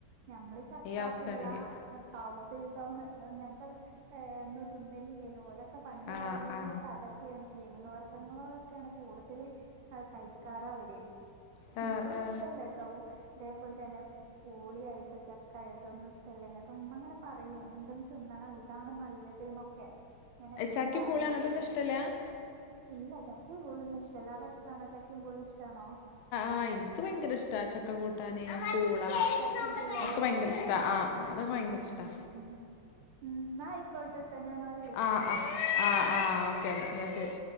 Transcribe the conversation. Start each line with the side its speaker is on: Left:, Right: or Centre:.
Right: ഞമ്മള് ചക്ക
Left: അവസ്ഥയാണെങ്കിൽ
Right: പൂള അ കാവൂത്ത് കൗ ഏ ഇങ്ങൻത്തെ ഏ ന്ന് തിന്നലില്ലല്ലോ ഓലൊക്കെ പണ്ട്
Left: ആ
Right: കാലങ്ങളിലൊക്കെ
Left: ആ
Right: അതൊക്കേണ് കിഴങ്ങ് വർഗങ്ങളോടൊക്കെയാണ് കൂട്തല് അ കൈക്കാറവര്
Left: ആ
Right: ഇൻക്കൊന്നും
Left: ആ
Right: ഇഷ്ടല്ലട്ടോ തേപോൽതന്നെ പൂളിയായിട്ടും ചക്കായിട്ടാെന്നും ഇഷ്ടല്ല ങ്ങട്ട് മ്മ ങ്ങനെ പറയും തും തിന്നണം ഇതാണ് നല്ലത് ന്നൊക്കെ ങ്ങനെ എപ്പഴും
Left: ചക്കിം
Right: പറയും
Left: പൂളീം അങ്ങനത്തൊന്നും ഇഷ്ടല്ല
Right: ഇല്ല ചക്കിം പൂളിം ഒന്നും ഇഷ്ടല്ല അവ്ടെ ഇഷ്ട്ടാണോ ചക്കിം പൂളീം ഇഷ്ട്ടാണോ?
Left: ആ ഇൻക്ക് ഭയങ്കര ഇഷ്ടാ ച്ച് ക്ക കൂട്ടാന് പൂള
Right: ചക്കിം പൂളല്ലേ
Left: ഒക്കെ ഭയങ്കര ഇഷ്ടാ ആ അതൊക്കെ ഭയങ്കര ഇഷ്ടാ
Right: ഉം ഉം ഉം ന്നാ അയ്ക്കോട്ടെട്ടോ ഞാ ങ്ങളെ വി
Left: ആ ആ ആ ആ ഓക്കെ ന്നാ എന്നാ ശെരി